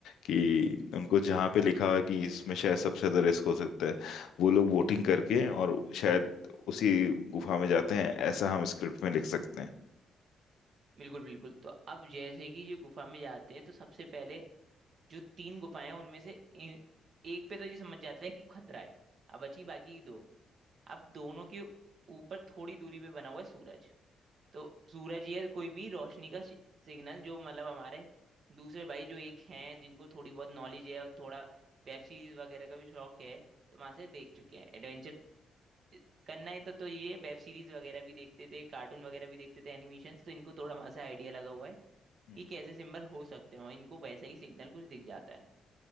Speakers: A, on the left; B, on the right.
A: कि उनको जहाँ पे लिखा हुआ है कि इसमें शायद सबसे ज्यादा रिस्क हो सकता है वो लोग वोटिंग करके और शायद उसी गुफा में जाते हैं ऐसा हम स्क्रिप्ट में लिख सकते हैं
B: बिल्कुल बिल्कुल तो अब जैसे कि जो गुफा में जाते हैं तो सबसे पहले जो तीन गुफाएं हैं उनमें से ए- एक पे तो ये समझ जाते हैं कि खतरा है अब बची बाकी की दो अब दोनों के ऊपर थोड़ी दूरी पे बना हुआ है सूरज तो सूरज या कोई भी रोशनी का सिग्नल जो मतलब हमारे दूसरे भाई जो एक हैं जिनको थोड़ी बहुत नॉलेज है और थोड़ा वेब सीरीज वगैरह का भी शौक है तो वहां से देख चुके हैं एडवेंचर करना है तो तो ये वेब सीरीज वगैरह भी देखते थे कार्टून वगैरह भी देखते थे एनिमेशन तो इनको थोड़ा वहां से आइडिया लगा हुआ है
A: हम्म,
B: कि कैसे सिंबल हो सकते हैं और इनको वैसा ही सिग्नल कुछ दिख जाता है